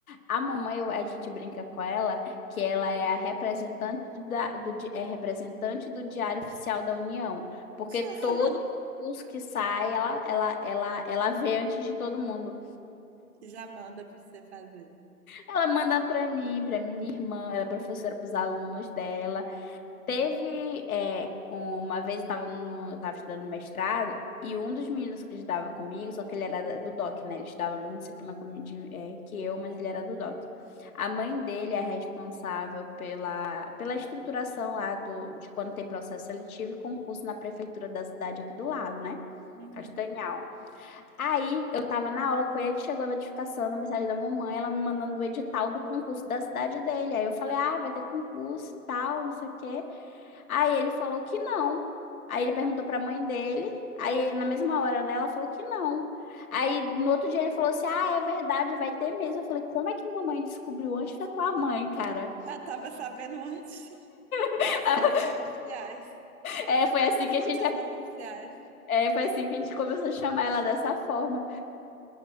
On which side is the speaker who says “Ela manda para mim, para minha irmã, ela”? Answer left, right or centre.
Left